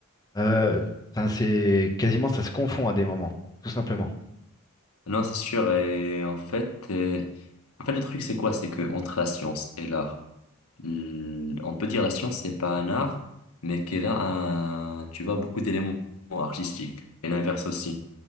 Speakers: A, on the left; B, on the left.
A: euh, enfin, c'est quasiment, ça se confond à des moments, tout simplement.
B: Non, c'est sûr. Et en fait, euh, en fait le truc c'est quoi? C'est que entre la science et l'art, l- on peut dire la science c'est pas un art, mais qu'elle a un, tu vois, beaucoup d'éléments artistiques. Et l'inverse aussi.